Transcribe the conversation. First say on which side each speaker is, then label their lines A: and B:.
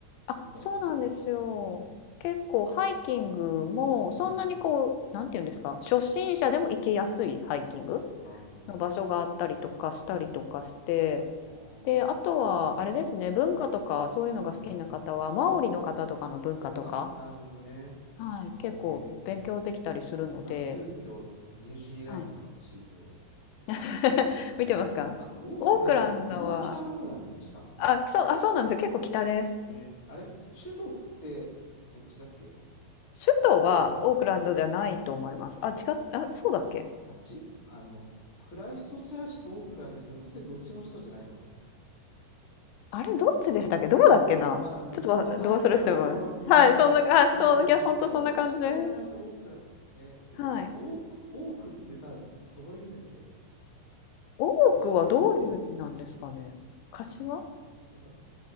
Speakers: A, on the left; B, on the left.
A: あ、
B: 聞いたことはあります。
A: そうなんですよ。結構、
B: そ
A: ハイキングも、
B: うん。
A: そんなにこう、なんていうんですか、初心者でも行けやすいハイキング
B: うん。うん。なるほど。
A: の場所があったりとかしたりとかして、
B: うん。ああ、
A: で、あとは、あれですね、
B: うん。
A: 文化とかそういうのが好きな方は、
B: うん。
A: マオリの方とかの文化とか、
B: あ、なるほどね。
A: はい、
B: えー、
A: 結構勉強できたりするので、
B: 今、急遽、ニュージーランドの地図を
A: はい。<laughs>
B: 出しまして。
A: 見てますかオークランドは、
B: あ、オークランドってこんな北の方なのね、しかも。
A: あ、そう、あ、そうなんですよ。結構北です。
B: ね。あれ首都ってどっちだっけ
A: 首都はオークランドじゃないと思います。
B: オークランドだっけ
A: あ、違っ、あ、そうだっけ
B: あっちあの、クライストチャーチとオークランドひょっとしてどっちも首都じゃないとか。
A: あれ、どっちでしたっけどこだっけなちょっとわ、
B: うんまあ、そんな感じだよね、
A: ど忘れしてもらう。
B: この国さ。
A: はい、そんな、あ、
B: ねえ、
A: そう、いや、
B: どっちも知ってる名前とオークランド、
A: ほんとそんな感じで。
B: ね、えっと、
A: はい。
B: オーク、オークってさ、どういう意味だっけ
A: 多くはどういう意味なんですかね。
B: 柏柏
A: 柏
B: うん、柏